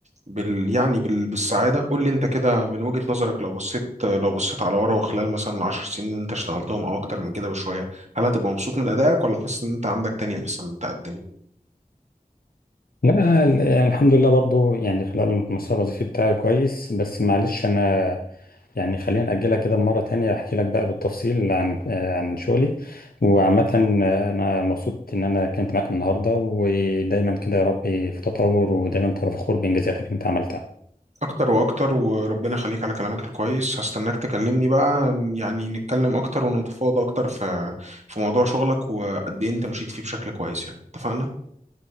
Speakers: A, on the right; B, on the left.
A: بال يعني بال... بالسعادة قول لي انت كده من وجهة نظرك لو بصيت آه، لو بصيت على ورا وخلال مثلا العشر سنين اللي انت اشتغلتهم او اكتر من كده بشوية هل هتبقى مبسوط من ادائك ولا حاسس ان انت عندك تاني احسن تقدمه
B: لا ال- يعني الحمد لله برضو يعني خلال المسار الوظيفي بتاعي كويس بس معلش أنا يعني خلينا نأجلها كده مرة تانية أحكي لك بقى بالتفصيل عن آه، عن شغلي وعامة آه، أنا مبسوط إن أنا كنت معاك النهاردة ودايما كده يا ربي في تطور ودايما تبقى فخور بإنجازاتك اللي أنت عملتها
A: اكتر واكتر وربنا يخليك على كلامك الكويس هستناك تكلمني بقى يعني نتكلم اكتر ونتفاوض اكتر في في موضوع شغلك وقد ايه انت مشيت فيه بشكل كويس يعني اتفقنا